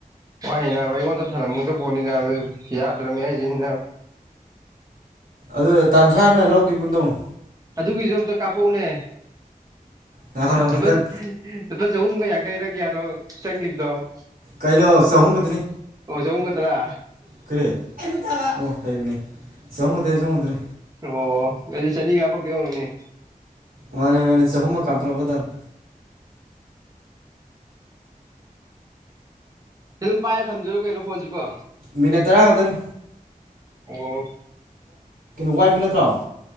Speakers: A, on the right (about 25°); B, on the right (about 80°).
A: ꯋꯥꯏꯅꯦꯅꯕ ꯑꯩꯉꯣꯟꯗ ꯊꯔꯝꯒꯥꯗꯕꯥ ꯄꯣꯠꯅꯤ ꯅꯥ ꯌꯥꯗ꯭ꯔꯕꯅꯤ ꯍꯥꯏꯁꯤꯅꯤ
B: ꯑꯗꯨ ꯇꯝꯁꯥꯅ ꯂꯧꯈꯤ ꯒꯨꯝ ꯇꯧꯕꯥꯅꯦ꯫
A: ꯑꯗꯨꯒꯤ ꯃꯤꯗꯨ ꯀꯥꯞꯄꯥꯛꯑꯣꯅꯦ꯫
B: ꯉꯥꯏꯈꯣ
A: ꯂꯨꯄꯥ
B: ꯍꯟꯗꯛ
A: ꯂꯨꯄꯥ ꯆꯍꯨꯝꯒ ꯌꯥꯡꯈꯩꯔ ꯀꯌꯥꯅꯣ? ꯆꯪꯈꯤꯕꯗꯣ
B: ꯀꯩꯅꯣ ꯆꯍꯨꯝ ꯈꯛꯇꯅꯤ꯫
A: ꯑꯣ ꯆꯥꯍꯨꯝ ꯈꯛꯇꯔꯥ
B: ꯀꯔꯤ ꯑꯣ ꯆꯥꯍꯨꯝ ꯈꯛꯇꯥ ꯅꯦ ꯅꯦ
A: ꯑꯣ ꯑꯗꯨꯗꯤ ꯆꯅꯤ ꯀꯥꯞꯄꯛꯇꯣꯏ ꯑꯣꯏꯔꯝꯒꯅꯤ
B: ꯃꯥꯅꯦ ꯃꯥꯅꯦ ꯆꯍꯨꯝ ꯃꯛ ꯀꯞꯊꯣꯛ ꯂꯛꯀꯗꯕꯅꯦ꯫
A: ꯑꯗꯨꯝ ꯄꯥꯏꯔ ꯊꯝꯗꯣꯏꯔꯣ ꯀꯩꯅꯣ ꯐꯣꯟꯁꯤꯕꯣ?
B: ꯃꯤꯅꯠ ꯇꯔꯥ ꯈꯛꯇꯅꯦ꯫
A: ꯑꯣ
B: ꯋꯥꯏꯕ ꯅꯠꯇ꯭ꯔꯣ?